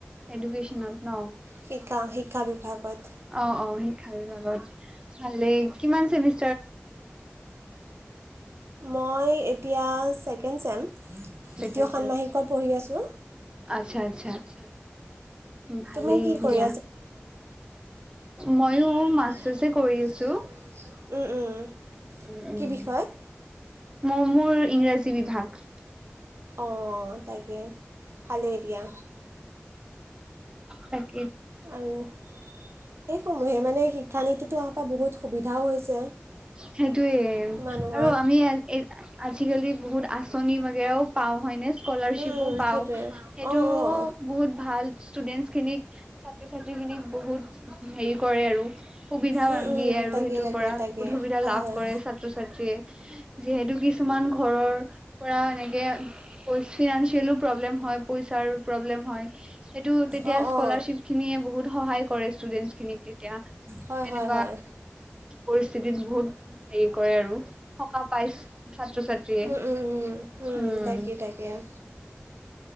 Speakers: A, on the right; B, on the right.
A: এডুকেচনত ন
B: শিকা শিক্ষা বিভাগত
A: অ', -অ' শিক্ষা বিভাগত। ভালে কিমান চেমিষ্টাৰ।
B: মই এতিয়া ছেকেণ্ড চেম
A: ছেকেণ্ড
B: দ্বিতীয় ষান্মাহিকত পঢ়ি আছোঁ।
A: আচ্ছা-আচ্ছা-আচ্ছা ভালেই
B: তুমি কি কৰি
A: দিয়া। ময়ো মাষ্টাৰ্ছে
B: ময়ো
A: কৰি
B: মাষ্টাৰৰ্ছে
A: আছো।
B: কৰি আছো। উ-উ
A: উম, উম,
B: কি বিষয়।
A: মোৰ, মোৰ ইংৰাজী বিভাগ।
B: অ', তাকাকে ভালে দিয়া
A: তাকে
B: আৰু সেই সমূহে মানে শিক্ষানীতিতো অহাৰ পৰা বহুত সুবিধাও হৈছে। <unintelligible>
A: সেইটোয়ে
B: মানুহৰ
A: আৰু আমি এট আজিকালি বহুত আঁচনি বাগেৰাও পাওঁ হয়নে। স্কলাৰশ্বিপো
B: উম, উম,
A: পাওঁ
B: সেইটোৱে
A: সেইটো
B: অঁ অঁ
A: বহুত ভাল ষ্টুডেন্টখিনিক ছাত্ৰ ছাত্ৰীখিনিক বহুত হেৰি কৰে আৰু সুবিধা
B: উম, উম,
A: দিয়ে আৰুে
B: তাকে
A: ইটোৰ
B: তাকে
A: পৰা
B: তাকে
A: বহুত সুবিধা
B: হয়
A: লাভ
B: হয়
A: কৰে ছাত্ৰ ছাত্ৰীয়ে। যিহেতু কিছুমান ঘৰৰ পৰা এনেকে। <unintelligible> প্ৰব্লেম হয় পইচাৰো প্ৰব্লেম হয় সেইটো তেতিয়া
B: অঁ
A: স্কলাৰশ্বিপ।
B: অঁ
A: খিনিয়ে বহুত সহায় কৰে ষ্টুডেন্টখিনিক তেতিয়া।
B: হয়
A: তেনেকুৱা
B: হয় হয়।
A: পৰিস্থিতিত বহুত হেৰি কৰে আৰু সকাহ পাইছ ছাত্ৰ ছাত্ৰীয়ে,
B: উম, উম, উম,
A: উম।
B: তাকে তাকে